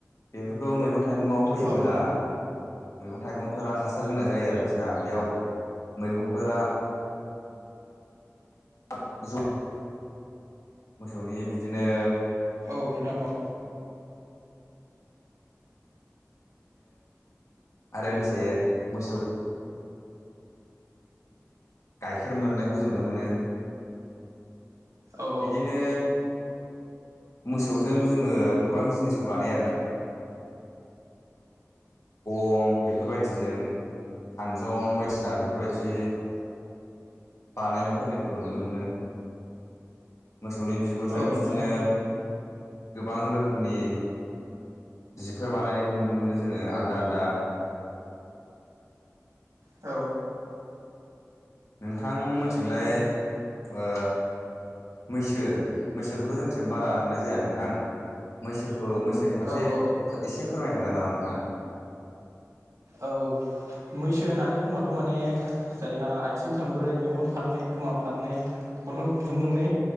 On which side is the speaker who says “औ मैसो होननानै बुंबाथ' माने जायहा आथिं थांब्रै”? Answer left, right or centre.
Right